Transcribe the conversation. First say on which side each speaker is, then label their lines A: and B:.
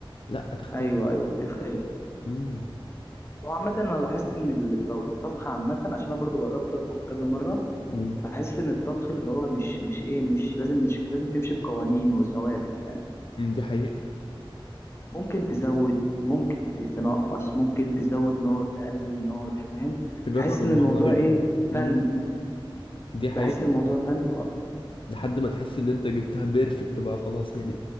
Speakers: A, on the left; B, on the left.
A: لا تختلف
B: ايوه ايوه بتختلف
A: امم
B: وعامة انا لاحظت ان الط- الطبخ عامة عشان انا برضو جربت اطبخ كذا مرة
A: امم
B: بحس ان الطبخ اللي هو مش مش ايه مش لازم مش لازم تمشي بقوانين وثوابت فاهم
A: دي حقيقه
B: ممكن تزود ممكن ت- تنقص ممكن تزود نار تقلل نار فاهم
A: تجرب
B: بحس
A: المره
B: ان الموضوع
A: دي غير
B: ايه
A: امم
B: فن
A: دي حقيقه
B: بحس الموضوع فن اكتر
A: لحد ما تحس ان انت جبتها بيرفكت بقى خلاص يعني